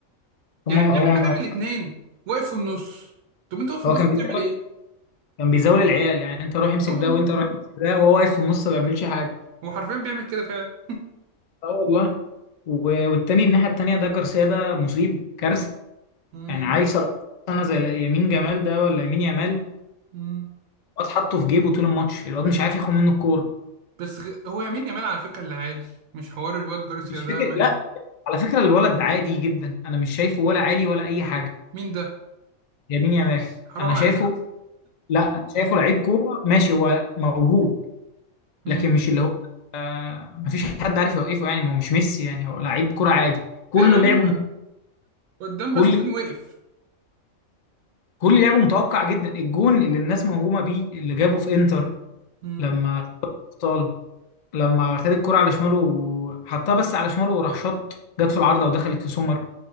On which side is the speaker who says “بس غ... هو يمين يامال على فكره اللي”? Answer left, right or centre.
Right